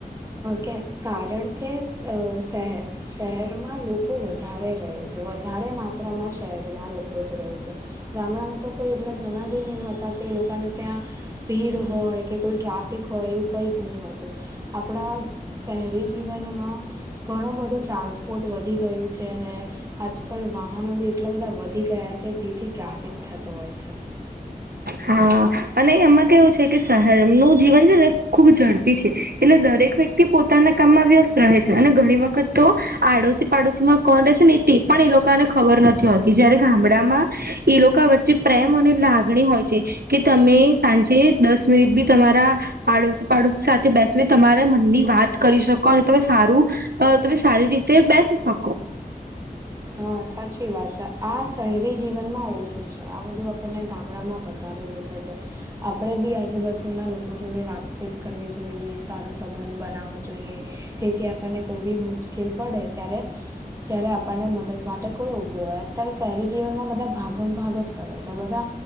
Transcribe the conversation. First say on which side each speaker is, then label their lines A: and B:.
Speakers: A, on the right; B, on the right.
A: કેમ કારણ કે, અ શહેર શહેરમાં લોકો વધારે રહે છે. વધારે માત્રામાં શહેરમાં લોકો જ રહે છે, ગામડામાં તો.. કોઈ એટલા જણાવી ન હતા, કે એ લોકોને.. ત્યાં ભીડ હોય, કે કોઈ ટ્રાફિક હોય એવું, કઈ જ નહી હોતું.. આપણા શહેરી જીવનમાં.. ઘણો બધો ટ્રાન્સપોર્ટ વધી ગયું છે અને આજકાલ વાહનો બી એટલા બધા વધી ગયા છે જેથી ટ્રાફિક થતું હોય છે.
B: હા અને એમાં કેવું છે કે શહેર નું જીવન છે ને ખુબ ઝડપી છે. એટલે દરેક વ્યક્તિ પોતાના કામમાં વ્યસ્ત રહે છે અને ઘણી વખત તો આડોશી પાડોશી માં કોળ રહે છે ને એ પણ એ લોકોને ખબર નથી હોતી જયારે ગામડામાં એ લોકો વચ્ચે પ્રેમ અને લાગણી હોય. કે તમે સાંજે દસ મિનિટ બી તમારા આડોશી પાડોશી સાથે બેસીને તમારા મનની વાત કરી શકો અને તમે સારું અ તમે સારી રીતે બેસી શકો.
A: હા સાચી વાત આ શહેરી જીવનમાં ઓછું છે આ બધું આપણને ગામડામાં વ ધારે દેખાય છે. આપડે બી આજુબાજુ ના લોકો જોડે વાતચીત કરવી જોઈએ સારો સંબંધ બનાવો જોઈએ, જેથી આપને કોઈ ભી મુશકેલ પડે ત્યારે ત્યારે આપણને મદદ માટે કોઈ ઊભી હોય અત્યારે શહેરી જીવનમાં બધા ભાગ ભાગ જ કરે છે બધા.